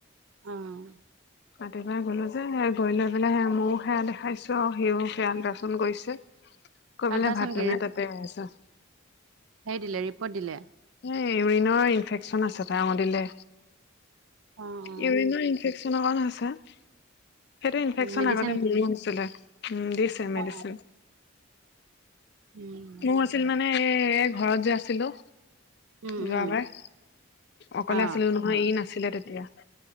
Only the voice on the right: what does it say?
অহ
আল্ট্ৰাচাউণ্ড
সেই দিলে ৰিপৰ্ট দিলে
অ অ
মেডিচিন
অ অ উম
উম
উম
অ